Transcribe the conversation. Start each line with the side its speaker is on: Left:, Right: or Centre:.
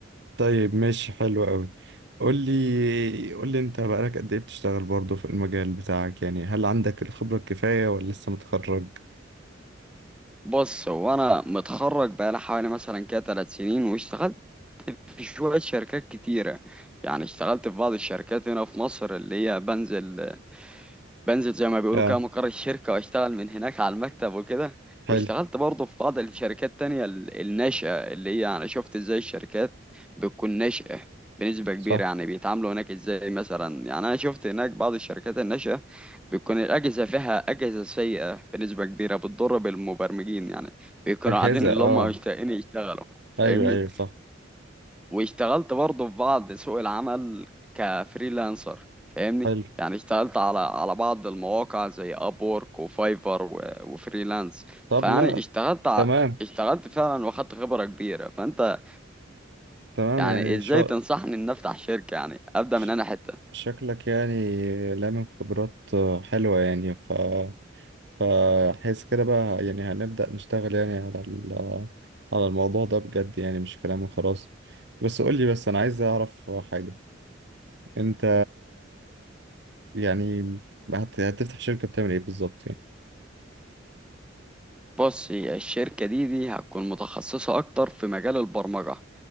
Right: طيب ماشي حلو قوي قول لي قول لي أنت بقالك قد إيه بتشتغل برضه في المجال بتاعك يعني هل عندك الخبرة الكفاية ولا لسه متخرج؟
Centre: بص هو انا متخرج بقالي حوالي مثلا كده ثلاث سنين واشتغلت في شويه شركات كتيره يعني اشتغلت في بعض الشركات هنا في مصر اللي هي بنزل بنزل زي ما بيقولوا
Right: آه
Centre: كده مقر الشركة واشتغل من هناك على المكتب وكده
Right: حلو
Centre: واشتغلت برضه في بعض الشركات تانية ال- الناشئة اللي هي أنا شفت ازاي الشركات بتكون ناشئة بنسبة كبيرة
Right: صح
Centre: يعني بيتعاملوا هناك ازاي مثلا يعني أنا شفت هناك بعض الشركات الناشئة بتكون الأجهزة فيها أجهزة سيئة بنسبة كبيرة بتضر بالمبرمجين يعني بيكونوا
Right: أجهزة
Centre: قاعدين اللي
Right: آه
Centre: هم مشتاقين يشتغلوا
Right: ايوه
Centre: فاهمني؟
Right: ايوه صح
Centre: واشتغلت برضه في بعض سوق العمل كفريلانسر فاهمني
Right: حلو
Centre: يعني اشتغلت على على بعض المواقع زي ابورك وفايفر و- وفريلانس
Right: طب
Centre: فيعني
Right: لا
Centre: اشتغلت ع-
Right: تمام
Centre: اشتغلت فعلا واخدت خبرة كبيرة فانت
Right: تمام
Centre: يعني
Right: يعني
Centre: ازاي
Right: شا...
Centre: تنصحني ان افتح شركة يعني ابدا
Right: ش-
Centre: من انا حتة
Right: شكلك يعني لامم خبرات آه، حلوة يعني ف فحس كده بقى يعني هنبدأ نشتغل يعني على ال... على الموضوع ده بجد يعني مش كلام وخلاص بس قول لي بس انا عايز اعرف حاجة انت يعني هت... هتفتح شركة بتعمل ايه بالظبط يعني
Centre: بص هي الشركة دي دي هتكون متخصصة اكتر في مجال البرمجة